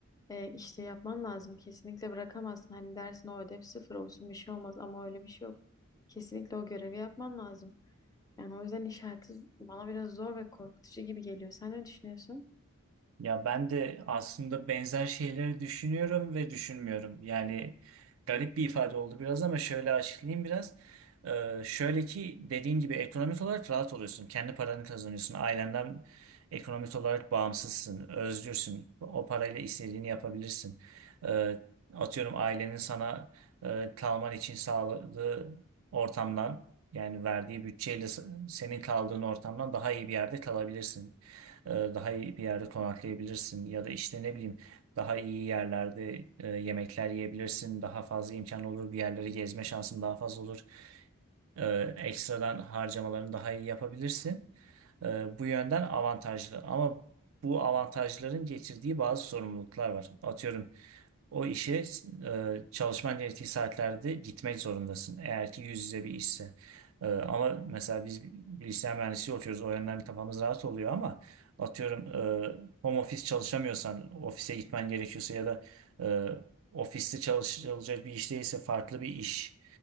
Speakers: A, on the left; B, on the right.
A: e, işte yapman lazım. Kesinlikle bırakamazsın. Hani dersin o ödev sıfır olsun bir şey olmaz ama öyle bir şey yok. Kesinlikle o görevi yapman lazım. Yani o yüzden iş hayatı bana biraz zor ve korkutucu gibi geliyor. Sen ne düşünüyorsun?
B: Ya ben de aslında benzer şeyleri düşünüyorum ve düşünmüyorum. Yani garip bir ifade oldu biraz ama şöyle açıklayayım biraz. Ee, şöyle ki dediğin gibi ekonomik olarak rahat oluyorsun. Kendi paranı kazanıyorsun. Ailenden ekonomik olarak bağımsızsın. Özgürsün. O parayla istediğini yapabilirsin. Ee, atıyorum ailenin sana e, kalman için sağladığı ortamdan yani verdiği bütçeyle s- senin kaldığın ortamdan daha iyi bir yerde kalabilirsin e, daha iyi bir yerde konaklayabilirsin ya da işte ne bileyim daha iyi yerlerde e, yemekler yiyebilirsin. Daha fazla imkan olur bir yerleri gezme şansın daha fazla olur. E, ekstradan harcamalarını daha iyi yapabilirsin. E, bu yönden avantajlı ama bu avantajların getirdiği bazı sorumluluklar var. Atıyorum o işe e, çalışman gerektiği saatlerde gitmek zorundasın. Eğer ki yüz yüze bir işse. E, ama mesela biz bilgisayar mühendisliği okuyoruz. O yönden kafamız rahat oluyor ama atıyorum e, home office çalışamıyorsan ofise gitmen gerekiyorsa ya da e, ofiste çalışılacak bir iş değilse farklı bir iş